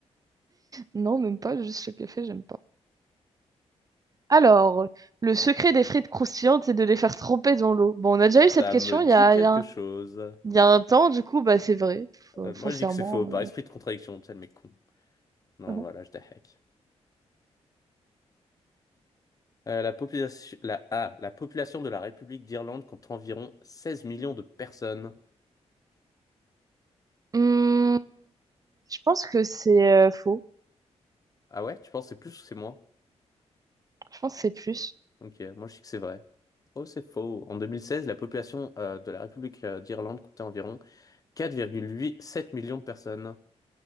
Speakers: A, on the right (about 30°); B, on the left (about 30°).
A: Non, même pas, juste le café, j'aime pas. Alors, le secret des frites croustillantes, c'est de les faire tremper dans l'eau. Bon, on a déjà eu cette
B: Ça
A: question
B: me dit
A: il y a,
B: quelque
A: il y a un,
B: chose.
A: il y a un temps, du coup, bah, c'est vrai, F-
B: Euh,
A: foncièrement.
B: moi, je dis que c'est faux, par esprit de contradiction, tu sais, le mec con. Non,
A: euh. <laughs>
B: voilà, je hack. Euh, la population, la, ah, la population de la République d'Irlande compte environ 16 millions de personnes.
A: Hum, je pense que c'est euh, faux.
B: Ah ouais? Tu penses que c'est plus ou c'est moins?
A: Je pense que c'est plus.
B: Ok, moi je sais que c'est vrai. Oh, c'est faux. En 2016, la population euh, de la République euh, d'Irlande comptait environ 4,87 millions de personnes.